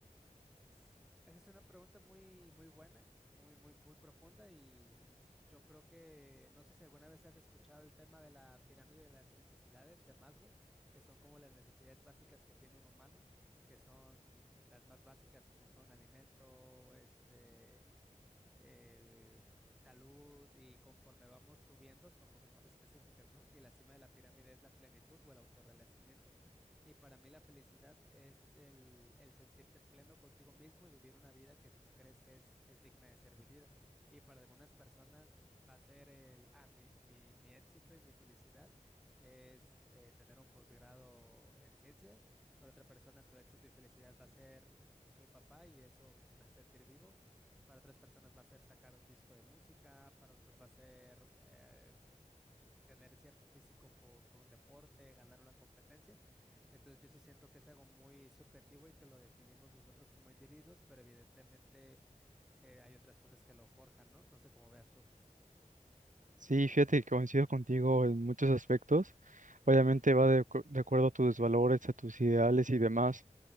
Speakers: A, in the centre; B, on the right (about 70°).
A: S- Esa es una pregunta muy, muy buena, muy, muy, muy profunda y yo creo que, no sé si alguna vez has escuchado el tema de la pirámide de las necesidades de Maslow, que son como las necesidades básicas que tiene un humano, que son las más básicas como son alimento, este eh, salud y conforme vamos subiendo son cosas más específicas, ¿no? Y la cima de la pirámide es la plenitud o el autorrealacimiento. Y para mí la felicidad es el, el sentirte pleno contigo mismo y vivir una vida que tú crees que es, es digna de ser vivida. Y para algunas personas va a ser el, ah, mi, mi, mi éxito y mi felicidad es eh, tener un posgrado en ciencias. Para otra persona su éxito y felicidad va a ser, soy papá y eso me hace sentir vivo para otras personas va a ser sacar un disco de música, para otros va a ser eh, tener cierto físico por, por un deporte, ganar una competencia. Entonces yo sí siento que es algo muy subjetivo y que lo definimos nosotros como individuos, pero evidentemente eh, hay otras cosas que lo forjan, ¿no? No sé cómo veas tú.
B: Sí, fíjate que coincido contigo en muchos aspectos. Obviamente va de, acu- de acuerdo a tus valores, a tus ideales y demás.